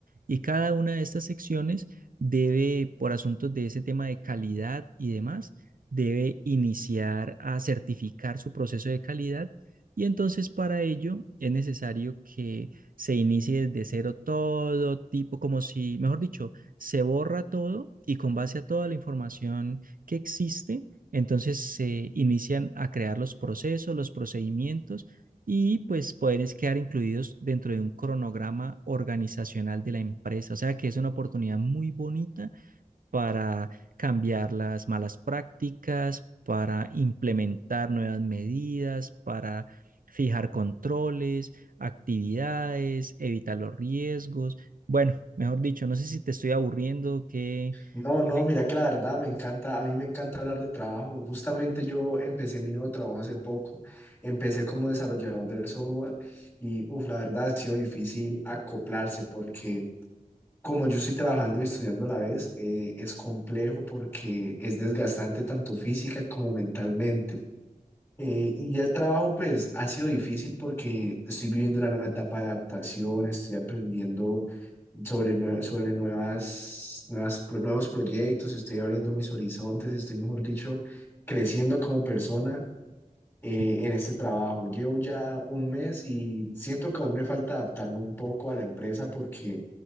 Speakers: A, on the right; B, on the left.
A: Y cada una de estas secciones debe, por asuntos de ese tema de calidad y demás, debe iniciar a certificar su proceso de calidad. Y entonces para ello es necesario que se inicie desde cero todo tipo, como si, mejor dicho, se borra todo y con base a toda la información que existe, entonces se inician a crear los procesos, los procedimientos y pues poderes quedar incluidos dentro de un cronograma organizacional de la empresa. O sea que es una oportunidad muy bonita para cambiar las malas prácticas, para implementar nuevas medidas, para fijar controles, actividades, evitar los riesgos. Bueno, mejor dicho, no sé si te estoy aburriendo, que...
B: No, no,
A: me-
B: mira que la verdad me encanta, a mí me encanta hablar de trabajo. Justamente yo empecé mi nuevo trabajo hace poco, empecé como desarrollador de software y uf, la verdad ha sido difícil acoplarse porque como yo estoy trabajando y estudiando a la vez, eh, es complejo porque es desgastante tanto física como mentalmente. Eh, y ya el trabajo, pues, ha sido difícil porque estoy viviendo una nueva etapa de adaptación, estoy aprendiendo sobre, nue- sobre nuevas, nuevas, pro- nuevos proyectos, estoy abriendo mis horizontes, estoy, mejor dicho, creciendo como persona eh,
A: que-
B: en este trabajo. Llevo ya un mes y siento que aún me falta adaptarme un poco a la empresa porque